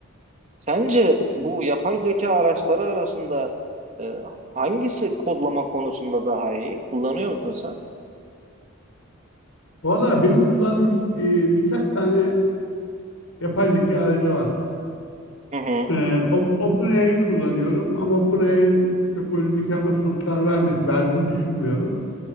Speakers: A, on the right; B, on the left.
A: sence bu yapay zeka araçları arasında e, hangisi kodlama konusunda daha iyi? Kullanıyor musun sen?
B: Valla benim kullandığım bir, e, birkaç tane yapay zeka aracı var.
A: Hı hı
B: Ee, O- OpenAI'yi kullanıyorum ama OpenAI'nin çok böyle mükemmel sonuçlar verme, verdiğini düşünmüyorum.